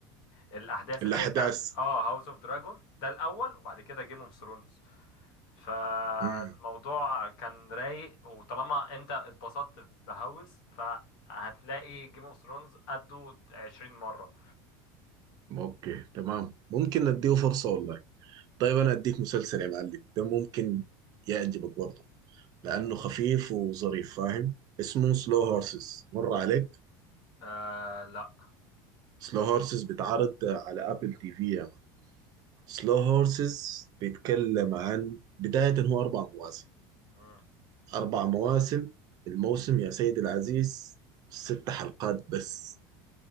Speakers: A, on the left; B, on the right.
A: الاحداث
B: الأحداث
A: اللي هي بتاع اه هاوس اوف دراجون ده الاول وبعد كده جيم اوف ثرونز فالموضوع
B: امم
A: كان رايق وطالما انت اتبسطت بهوس فهتلاقي جيم اوف ثرونز قده 20 مرة
B: اوكي تمام ممكن نديه فرصة والله طيب انا اديك مسلسل يا معلم ده ممكن يعجبك برضه لانه خفيف وظريف فاهم اسمه سلو هورسز مر عليك
A: آه لا
B: سلو هورسز بيتعرض على ابل تي في يا مان سلو هورسز بيتكلم عن بداية هو اربع مواسم
A: مم.
B: اربع مواسم الموسم يا سيدي العزيز ست حلقات بس